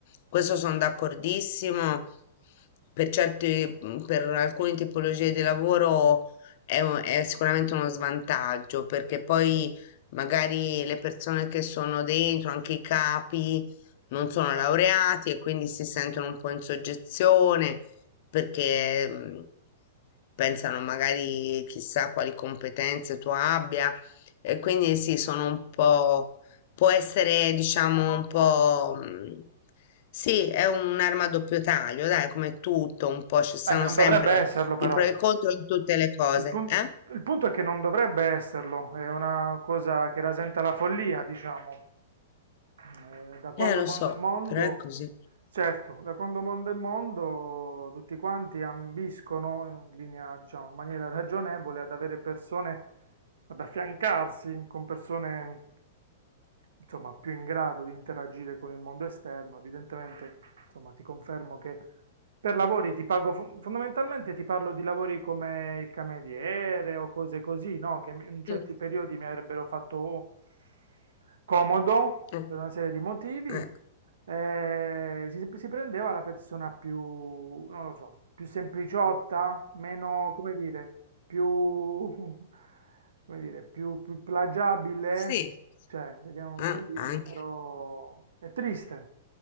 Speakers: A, on the left; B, on the right.
A: Questo sono d'accordissimo. Per certi, mm, per alcune tipologie di lavoro è, un- è sicuramente uno svantaggio, perché poi magari le persone che sono dentro, anche i capi, non sono laureati e quindi si sentono un po' in soggezione perché mm, pensano magari chissà quali competenze tu abbia e quindi sì, sono un po' Può essere, diciamo, un po'... mh, Sì, è un'arma a doppio taglio, dai, come tutto, un po' ci sono
B: Beh, non
A: sempre
B: dovrebbe esserlo però.
A: i pro e i contro in tutte le cose,
B: Il pun-
A: eh?
B: il punto è che non dovrebbe esserlo, è una cosa che rasenta la follia, diciamo. Eh, da quando
A: Eh, lo
B: mondo
A: so,
B: è mondo,
A: però è così.
B: certo, da quando mondo è mondo, tutti quanti ambiscono in linea, diciamo, in maniera ragionevole ad avere persone, ad affiancarsi con persone insomma, più in grado di interagire con il mondo esterno, evidentemente, insomma, ti confermo che per lavori ti pago, fo- fondamentalmente ti parlo di lavori come il cameriere o cose così, no? Che in certi
A: Mm,
B: periodi mi avrebbero fatto comodo
A: eh,
B: per una serie di motivi.
A: eh.
B: Eh, si, si prendeva la persona più, non lo so, più sempliciotta, meno, come dire, più, <laughs> come dire, più, più plagiabile,
A: Sì,
B: cioè, vediamo
A: eh,
B: come dirlo,
A: anche.
B: però è triste,